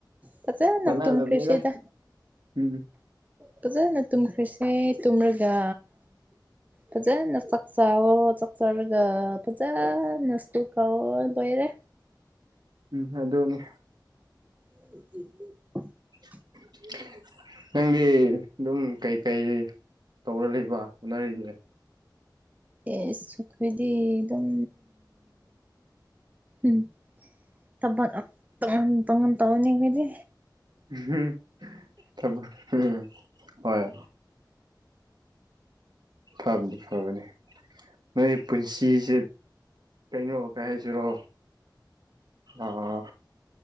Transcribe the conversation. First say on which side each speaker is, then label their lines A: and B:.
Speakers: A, on the right; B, on the right.
A: ꯐꯖꯅ
B: ꯀꯥꯟꯅꯗꯕꯅꯤꯗ
A: ꯇꯨꯝꯈ꯭ꯔꯦꯁꯤꯗ
B: ꯎꯝ
A: ꯐꯖꯅ ꯇꯨꯝꯈ꯭ꯔꯁꯦ ꯇꯨꯝꯔꯒꯥ ꯐꯖꯅ ꯆꯥꯛ ꯆꯥꯎꯑꯣ ꯆꯛ ꯆꯥꯔꯒ ꯐꯖꯅ ꯁ꯭ꯀꯨꯜ ꯀꯥꯎꯋ‌ꯣ ꯂꯣꯏꯔꯦ
B: ꯎꯝ ꯑꯗꯨꯅꯤ
A: <inaudible>
B: <inaudible> ꯅꯪꯗꯤ ꯑꯗꯨꯝ ꯀꯩꯀꯩ ꯇꯧꯔ ꯂꯩꯕ ꯍꯣꯠꯅꯔꯤꯒꯦ
A: ꯑꯦꯁ ꯑꯈꯣꯏꯗꯤ ꯗꯨꯝ ꯎꯝ ꯊꯕꯛꯑꯞ ꯇ‌ꯣꯡꯉꯥꯟ ꯇ‌ꯣꯡꯉꯥꯟ ꯇꯧꯅꯤꯡꯉꯗꯤ
B: <unintelligible> ꯊꯕꯛ <unintelligible> ꯍꯣꯏ ꯐꯕꯅꯤ ꯐꯕꯅꯦ ꯅꯣꯏꯒꯤ ꯄꯨꯟꯁꯤꯁꯦ ꯀꯩꯅꯣ ꯀꯩ ꯍꯥꯏꯁꯤꯔꯣ ꯑꯥ